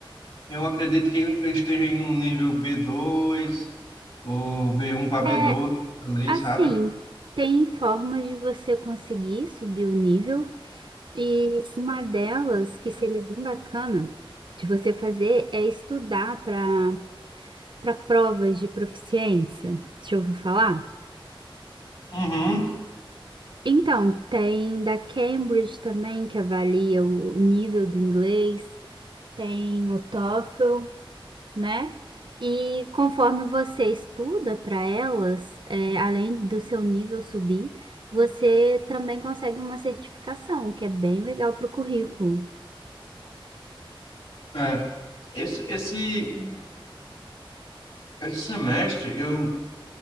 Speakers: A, on the left (about 70°); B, on the right (about 60°).
A: eu acredito que eu esteja em um nível b dois ou b um para b
B: É,
A: dois, ali,
B: assim,
A: sabe?
B: tem formas de você conseguir subir o nível e uma delas que seria bem bacana de você fazer é estudar para para provas de proficiência. Deixa eu ouvir falar?
A: Uhum.
B: Então, tem da Cambridge também que avalia o o nível do inglês, tem o TOEFL. né? E conforme você estuda para elas, é, além do seu nível subir, você também consegue uma certificação, o que é bem legal para o currículo.
A: É. Esse, esse, esse semestre eu